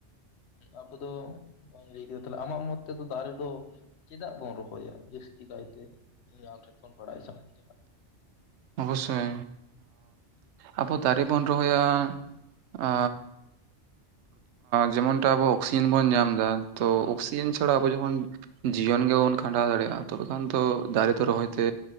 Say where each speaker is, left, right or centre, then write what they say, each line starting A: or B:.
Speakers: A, on the left; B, on the right.
A: ᱟᱵᱟᱫᱚ <unintelligible> ᱞᱟᱹᱭ ᱠᱮᱫᱟ ᱛᱟᱦᱞᱮ ᱟᱢᱟᱜ ᱢᱚᱛ ᱛᱮᱫᱚ ᱫᱟᱨᱮ ᱫᱚ ᱪᱮᱫᱟᱜ ᱵᱚᱱ ᱨᱚᱦᱚᱭᱟ ᱡᱟᱹᱛᱤ ᱠᱟᱭᱛᱮ᱾ ᱤᱧ ᱟᱢ ᱴᱷᱮᱱ ᱠᱷᱚᱱ ᱵᱟᱲᱟᱭ ᱥᱟᱱᱟᱧ ᱠᱟᱱᱟ᱾
B: ᱚᱵᱚᱥᱥᱳᱭ ᱟᱵᱳ ᱫᱟᱨᱮ ᱵᱚᱱ ᱨᱚᱦᱚᱭᱟ ᱟᱻ ᱡᱮᱢᱚᱱᱴᱟ ᱟᱵᱚ ᱚᱠᱥᱤᱡᱮᱱ ᱵᱚᱱ ᱧᱟᱢ ᱫᱟ ᱛᱚ ᱚᱠᱥᱤᱡᱮᱱ ᱪᱷᱟᱲᱟ ᱟᱵᱚ ᱡᱚᱠᱷᱚᱱ ᱡᱤᱭᱚᱱ ᱜᱮ ᱵᱟᱵᱚᱱ ᱠᱷᱟᱸᱰᱟᱣ ᱛᱚᱵᱮ ᱠᱷᱟᱱ ᱫᱚ ᱫᱟᱨᱮ ᱫᱚ ᱨᱚᱦᱚᱭᱛᱮ